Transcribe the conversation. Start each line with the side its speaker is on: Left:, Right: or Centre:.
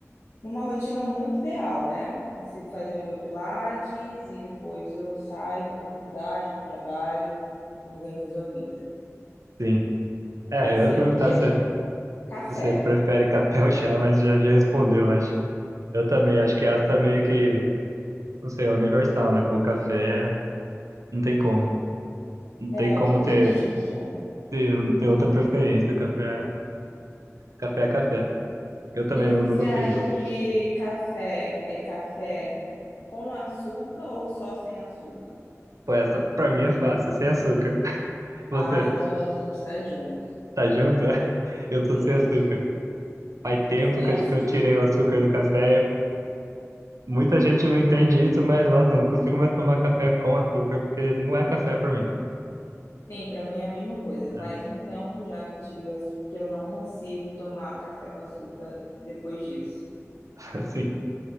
Left: numa rotina muito ideal, né? Consigo fazer o meu pilates e depois eu saio, vou para a faculdade, para o trabalho, organizo a vida.
Right: sim. É,
Left: Mas
Right: eu
Left: sempre
Right: ia perguntar se,
Left: café.
Right: se você prefere <laughs> café ou chá, mas já, já respondeu, acho. Eu também, acho que essa é meio que, não sei, é universal, né? Pô, café é- não tem como. Não tem
Left: É,
Right: como
Left: o café
Right: ter,
Left: não tem como.
Right: ter, ter outra preferência. Café, é- café é café. Eu também
Left: E você
Right: não, não consigo.
Left: acha que café é café com açúcar ou só sem açúcar?
Right: Pô, essa pra mim é fácil, é sem açúcar. <laughs> Você
Left: Ah, então a gente está junto.
Right: tá junto? <laughs> Eu sou
Left: Sim,
Right: sem açúcar. Faz tempo
Left: sem
Right: que
Left: açúcar.
Right: eu, que eu tirei o açúcar do café. Muita gente não entende isso, mas nossa, eu não consigo mais tomar café com açúcar, porque não é café pra mim.
Left: Sim, para mim é a mesma coisa. Faz
Right: É,
Left: um tempo já que eu tirei o açúcar e eu não consigo tomar café com açúcar depois disso.
Right: <laughs> assim,